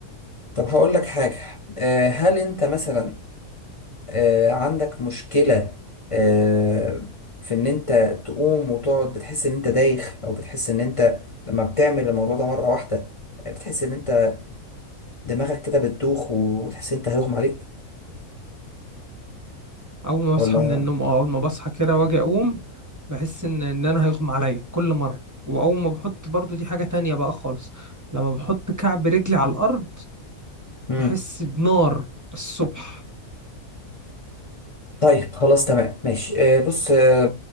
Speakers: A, on the left; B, on the right.
A: طب هقول لك حاجة آه، هل أنت مثلا آه، عندك مشكلة آه، في إن أنت تقوم وتقعد بتحس إن أنت دايخ أو بتحس إن أنت لما بتعمل الموضوع ده مرة واحدة آه، بتحس إن أنت دماغك كده بتدوخ وتحس إن أنت هيغمى عليك
B: اول ما بصحى
A: ولا
B: من النوم اه اول ما بصحى كده واجي اقوم بحس ان ان انا هيغمى عليا كل مره واول ما بحط برضو دي حاجه تانية بقى خالص لما بحط كعب رجلي على الارض
A: امم
B: بحس بنار الصبح
A: طيب خلاص تمام ماشي آه بص آه